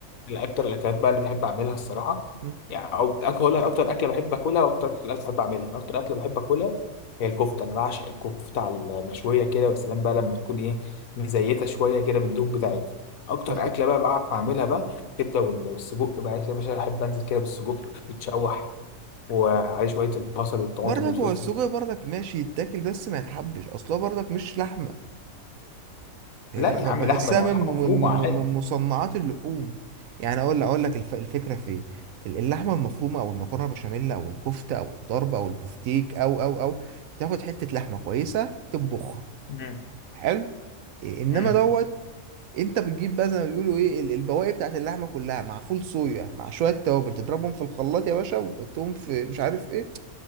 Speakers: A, on the left; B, on the right.
A: الاكتر الاكلات بقى اللي بحب اعملها الصراحه
B: م.
A: يعني او اقول لك اكتر اكله بحب اكلها واكتر اكله بحب اعملها انا اكتر اكله بحب اكلها هي الكفته انا بعشق الكفته على المشويه كده والسلام بقى لما تكون ايه مزيته شويه كده بالدهون بتاعتها اكتر
B: كفته
A: اكله بقى بعرف اعملها بقى الكبده وال- والسجق بقى يا باشا احب انزل كده بالسجق يتشوح وعليه شويه البصل والطماطم
B: برضك
A: والفلفل
B: هو السجق برضك ماشي يتاكل بس ما يتحبش اصلا برضك مش لحمه إيه،
A: لا
B: انا
A: يا عم
B: ب- بحسها
A: لحمه ما
B: من
A: هو لحمه
B: من
A: مفرومه
B: من
A: عادي
B: من مصنعات اللحوم يعني اقول اقول لك الف- الفكره في إيه؟ ال- اللحمه المفرومه او المكرونه بشاميل او الكفته او الطرب او البفتيك او او او بتاخد حته لحمه كويسه تطبخها
A: امم
B: حلو إيه، انما
A: امم
B: دوت انت بتجيب بقى زي ما بيقولوا ايه ال- البواقي بتاعت اللحمه كلها مع فول صويا مع شويه توابل تضربهم في الخلاط يا باشا وتحطهم في مش عارف ايه